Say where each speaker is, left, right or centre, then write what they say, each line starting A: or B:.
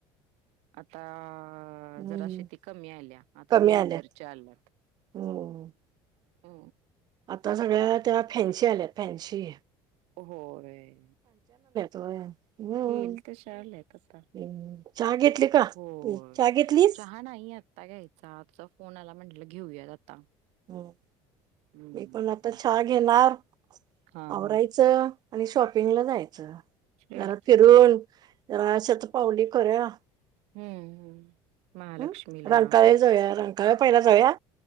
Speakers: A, on the right; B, on the right.
A: आता
B: हम्म
A: आ जरा शेती कमी आल्या आता
B: कमी
A: लेईदरच्या
B: आल्या
A: आल्यात.
B: हो
A: ह.
B: आता सगळ्या त्या फॅन्सी आल्या फॅन्शी.
A: होय
B: होय हम्म
A: केल तशा आल्यात आता.
B: हम्म. चहा घेतली का
A: होय
B: तू चहा घेतलीस
A: चहा नाही आत्ता घ्यायचा तुचा फोन आला म्हटलं घेऊयात आता.
B: हम्
A: हम्म
B: मी पण आता चहा घेणार,
A: हा
B: आवरायचं.
A: हा
B: आणि शॉपिंगला जायचं.
A: तेच
B: जरा फिरून जरा अशत पावुली करुया.
A: हम्म हम्म महालक्ष्मीला
B: हम् रांकाळ्या जाऊया रांकाळ्या पहिला जाऊया.